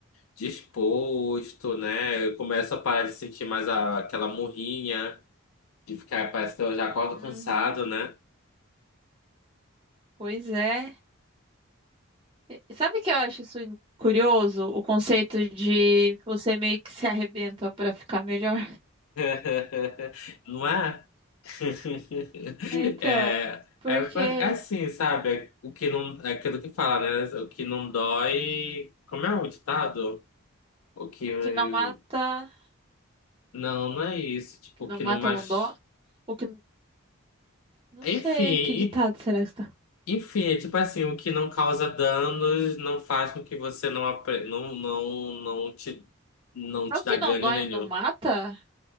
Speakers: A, on the left; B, on the right.
A: disposto, né? Eu começo a parar de sentir mais a- aquela murrinha, de ficar, parece que eu já acordo
B: Uhum,
A: cansado, né?
B: pois é. E Sabe o que eu acho isso curioso? O conceito de você meio que se arrebenta para ficar melhor.
A: <laughs> Não é? <laughs>
B: É, então,
A: É,
B: porque
A: é, ba- é assim, sabe? É O que não, é aquilo que fala, né? O que não dói. Como é o ditado? O que.
B: o que não mata, o
A: Não, não é isso. Tipo,
B: que
A: o
B: não
A: que
B: mata
A: não mais.
B: não dói. O que não
A: Enfim,
B: sei que ditado será que está.
A: enfim, é tipo assim, o que não causa danos não faz com que você não, apre... não, não, não te, não te
B: É o que
A: dá ganho
B: não dói
A: nenhum.
B: não mata?